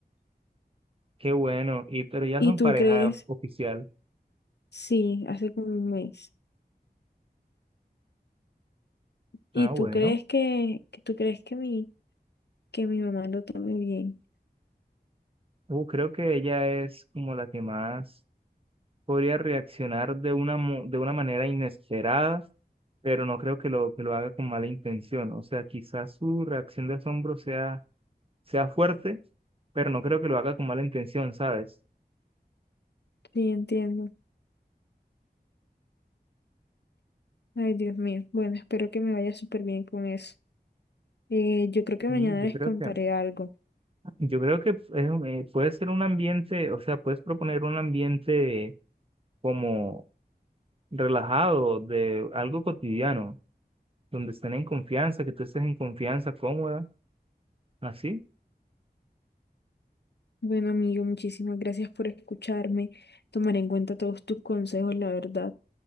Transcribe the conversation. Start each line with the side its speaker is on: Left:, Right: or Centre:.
Right: qué bueno, y pero ya
Left: ¿Y
Right: son
Left: tú
Right: pareja
Left: crees?
Right: oficial.
Left: Sí, hace como un mes. ¿Y
Right: Ah,
Left: tú
Right: bueno.
Left: crees que, que tú crees que mi, que mi mamá lo tome bien?
Right: Uh, creo que ella es como la que más podría reaccionar de una, mo- de una manera inesperada, pero no creo que lo, que lo haga con mala intención. O sea, quizás su reacción de asombro sea, sea fuerte, pero no creo que lo haga con mala intención, ¿sabes?
Left: Sí, entiendo. Ay, Dios mío. Bueno, espero que me vaya súper bien con eso. Eh, yo creo que
Right: Y
Left: mañana
Right: yo
Left: les
Right: creo
Left: contaré
Right: que,
Left: algo.
Right: yo creo que es un- eh, puede ser un ambiente, o sea, puedes proponer un ambiente como relajado, de algo cotidiano, donde estén en confianza, que tú estés en confianza, cómoda, así.
Left: Bueno, amigo, muchísimas gracias por escucharme. Tomaré en cuenta todos tus consejos, la verdad.